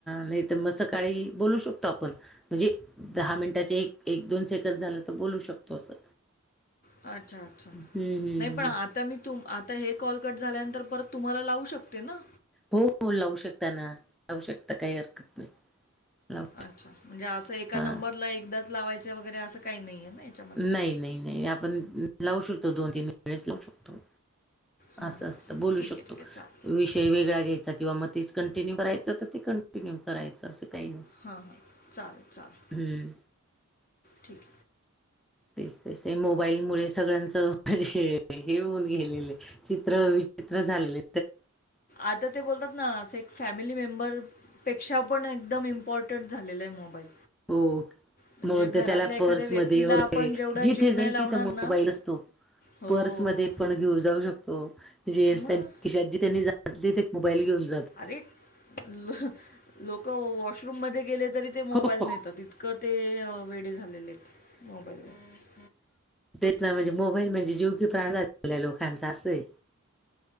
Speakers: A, in the centre; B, on the left.
A: नाही तर मग सकाळी बोलू शकतो आपण म्हणजे दहा मिनिटाचे एक एक दोन सेकंद झालं तर बोलू शकतो असं
B: अच्छा! अच्छा!
A: हम्म हम्म
B: नाही
A: हम्म.
B: पण आता मी. तुम आता हे कॉल कट झाल्यानंतर परत तुम्हाला लावू शकते ना?
A: हो हो लावू शकता ना. लावू शकता. काही हरकत नाही. लावू
B: अच्छा! म्हणजे असं एका
A: शकता हा
B: नंबरला एकदाच लावायच वगैरे असं काही नाही आहे ना. याच्यामध्ये?
A: नाही. नाही. नाही. आपण लावू शकतो. दोन-तीन वेळेस लावू शकतो.
B: हां,
A: असं
B: हां.
A: असत. बोलू
B: ठीक
A: शकतो.
B: आहे, ठीक आहे. चालेल.
A: विषय ते वेगळा घ्यायचा किंवा मग तीच कंटिन्यू करायचं, तर ते कंटिन्यू करायचं असं काही नाही.
B: हां. हां. चालेल. चालेल.
A: हम्म.
B: ठीक आहे.
A: तेच ते मोबाईल मुळे सगळ्यांचं म्हणजे हे होऊन गेलेले. चित्र विचित्र झालेले
B: आता ते बोलतात ना असं एक फॅमिली मेंबर पेक्षा पण एकदम इम्पॉर्टंट झालेलं आहे मोबाईल.
A: हो.
B: म्हणजे
A: म्हणून
B: घरातल्या
A: तर त्याला
B: एखाद्या
A: पर्समध्ये
B: व्यक्तीला
A: वगैरे
B: आपण जेवढा
A: जिथे
B: जीव नाही
A: जाईल
B: लावणार
A: तिथे मोबाईल
B: ना
A: असतो.
B: हो,
A: पर्समध्ये
B: हो.
A: पण घेऊ जाऊ शकतो जेन्स
B: मग
A: त्यांनी खिशात जिथे नाही तिथे ते एक मोबाईल घेऊन जातो.
B: अरे ल लोक वॉशरूम मध्ये गेले तरी ते
A: हो,
B: मोबाईल
A: हो.
B: नेतात इतकं ते वेडे झालेले आहेत मोबाईलवर.
A: तेच ना म्हणजे मोबाईल म्हणजे जीव की प्राण झाला लोकांचा असय.